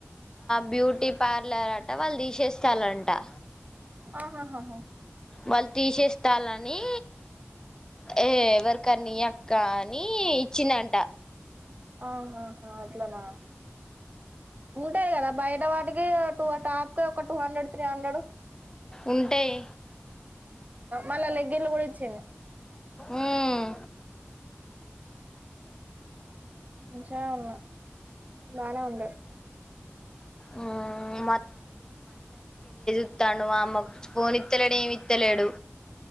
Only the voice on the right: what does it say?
ఆహాహాహా
ఆహాహా అట్లనా ఉంటాయి కదా బయట వాటికి టూ టాప్ క ఒక టూ హండ్రెడ్ త్రీ హండ్రెడ్
మన లెగ్గిన్ కూడా ఈచింద్
ంచి ఉవున్నా బానే ఉండ